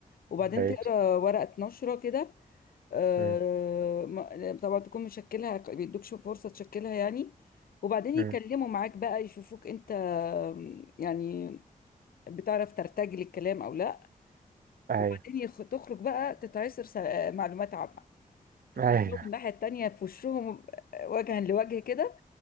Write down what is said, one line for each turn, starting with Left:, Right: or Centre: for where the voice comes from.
Left: وبعدين
Right: كويس
Left: تقرأ ورقة نشرة كده آه،
Right: أمم،
Left: ما- طبعا تكون مشكلها بيدوكش فرصة تشكلها يعني وبعدين يتكلموا
Right: أمم،
Left: معاك بقى يشوفوك انت آم، يعني بتعرف ترتجل الكلام او لا
Right: ايوه
Left: وبعدين يخ... تخرج بقى تتعصر س- معلومات عامة تخرج
Right: ايوه
Left: لهم الناحية التانية في وشهم آه، وجها لوجه كده